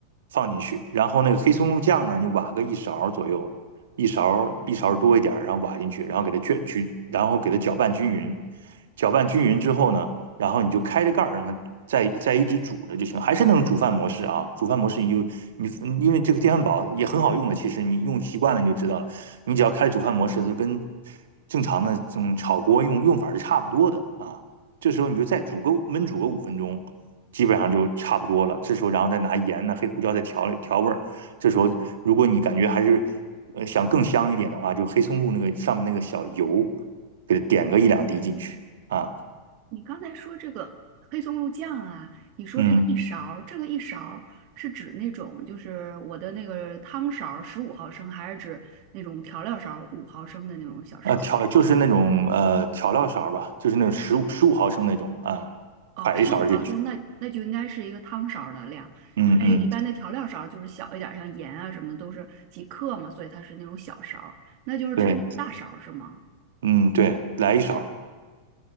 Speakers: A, on the right; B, on the right.
A: 放进去，然后那个黑松露酱呢，你挖个一勺儿左右，一勺儿一勺儿多一点儿，然后挖进去，然后给它卷去，然后给它搅拌均匀，搅拌均匀之后呢，然后你就开着盖儿让它再再一直煮着就行，还是那种煮饭模式啊。煮饭模式你就你因为这个电饭煲也很好用的，其实你用习惯了你就知道了。你只要开煮饭模式，它就跟正常的这种炒锅用用法是差不多的啊。这时候你就再煮个焖煮个五分钟，基本上就差不多了。这时候然后再拿盐呢、黑胡椒再调调味儿。这时候如果你感觉还是呃想更香一点的话，就黑松露那个上面那个小油给它点个一两滴进去啊，
B: 你刚才说这个黑松露酱啊，你说这个一勺儿，
A: 嗯。
B: 这个一勺儿是指那种就是我的那个汤勺十五毫升，还是指那种调料勺五毫升的那种小勺儿？
A: 呃，调就是那种呃调料勺吧，就是那种十五十五毫升那种啊，
B: 哦，
A: 㧟一勺进去。
B: 十五毫升，那那就应该是一个汤勺儿的量，
A: 嗯嗯，
B: 因为一般的调料勺儿就是小一点儿，像盐啊什么的都是几克嘛，所以它是那种小勺儿，那就是指大勺儿是吗？
A: 对，嗯对，来一勺。